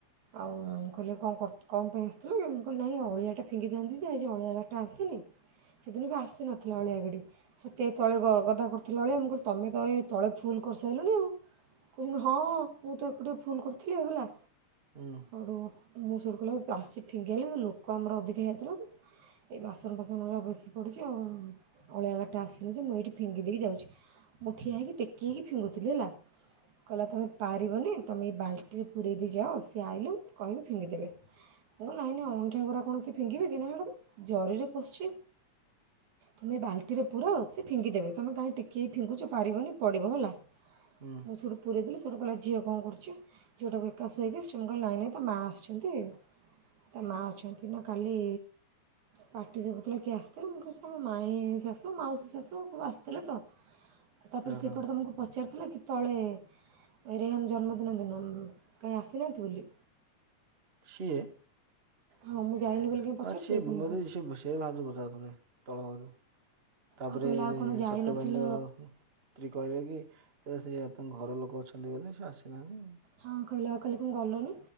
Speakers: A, on the right; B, on the right.
A: ଆଉ କହିଲେ କଣ କ ପାଇଁ ଆସିଥିଲୁ? କହିଲି ନାଇଁ ଅଳିଆଟା ଫିଙ୍ଗିଥାଆନ୍ତି ଯେ ଆଜି ଅଳିଆ ଗାଡ଼ି ଟା ଆସିନି। ସେଦିନ ବି ଆସିନଥିଲା ଅଳିଆ ଗାଡି। ସତେ ତଳେ ଗ ଗଦା କରୁଥିଲା। ଥିଲାବେଳେ ଆମକୁ କ ତମେ ତ ଏଇ ତଳେ ଫୁଲ କରିସାରିଲଣି ଆଉ। କହୁଛନ୍ତି ହଁ, ମୁଁ ତ ଏକୁଟିଆ ଫୋନ୍ କରିୁଥିଲି ଆଉ ହେଲା।
B: ହଁ।
A: ସେଠୁ ମୁଁ ସେଠୁ କହିଲି ଆସିଛି ଫିଙ୍ଗିବା ଲାଗି ଲୋକ ଆମର ଅଧିକ ହେଇଯାଇଥିଲା ତ। ଏଇ ବାସନ ଫାସନ ଗୁଡା ବେଶୀ ପଡ଼ିଛି ଆଉ। ଅଳିଆ ଗାଡିଟା ଆସିଲି ଯେ ମୁଁ ଏଇଠି ଫିଙ୍ଗି ଦେଇକି ଯାଉଛି। ମୁଁ ଠିଆ ହୋଇକି ଟେକି ହେଇ ଫିଙ୍ଗୁଥିଲି ହେଲା। କହିଲା, ତୁମେ ପାରିବନି ତୁମେ ଏଇ ବାଲ୍ଟି ରେ ପୁରେଇ ଦେଇ ଯାଅ। ସିଏ ଆଇିଲେ କହିବି ଫିଙ୍ଗିଦେବେ। ମୁଁ କହିଲି ନାଇଁ ନାଇଁ ଅଇଁଠାକୁରା ସେ କଣ ଫିଙ୍ଗିବେ କି ନାଇ ସେଟା ତ ଜରିରେ ପଶଛି। ତୁମେ ଏ ବାଲ୍ଟିରେ ପୁରାଅ ସେ ଫିଙ୍ଗିଦେବେ ତୁମେ କାହିଁ ଟେକି ହେଇ ଫିଙ୍ଗୁଛ ପାରିବନି ପଡ଼ିବ ହେଲା।
B: ହୁଁ।
A: <inaudible> ପୁରେଇଦେଲି ସେଇଠୁ କହିଲା ଝିଅ କଣ କରୁଛି? ଝିଅଟାକୁ ଏକା ଶୋଇକି ଆସିଛ ମୁଁ କହିଲେ ନାଇଁ ନହିଁ ତା ମା ଆସିଛନ୍ତି। ତା ମା ଅଛନ୍ତି ନା କାଲି ପାଟି ସୁଭୁଥିଲା କିଏ ଆସିଥିଲେ? ମୁଁ କହୁଛି ଆମ ମାଇଁ ଶାଶୁ, ମାଉସୀ ଶାଶୁ ସବୁ ଆସିଥିଲେ ତ।
B: <inaudible>
A: ତାପରେ ସେ
B: ହଁ।
A: କୁଆଡେ ତୁମକୁ ପଚାରିଥିଲା କି ତଳେ ରୋହନ୍ ଜନ୍ମଦିନ ଦିନ କାହିଁ ଆସିନାହାଁନ୍ତି ବୋଲି।
B: ସିଏ।
A: ହଁ ମୁଁ ଯାଇନି ବୋଲି କାହିଁ ପଚାରୁଥିଲି
B: ହଁ ସି
A: କି
B: ମତେ
A: ତୁମକୁ
B: ସେ ସେ ଭାଉଜ ପଚାରୁଥିଲେ, ତଳ ଭାଉଜ। ତାପରେ
A: ଆଉ କହିଲା ଆଉ କ'ଣ ଯାଇନଥିଲ
B: ସତ୍ୟ ଭାଇଙ୍କ ସ୍ତ୍ରୀ କହିଲେ କି ସେ ତାଙ୍କ ଘର ଲୋକ ଅଛନ୍ତି ବୋଲି ସେ ଆସୁନାହାନ୍ତି।
A: ହଁ କହିଲା ଆଉ କହିଲା କି ମୁଁ ଗଲିନି।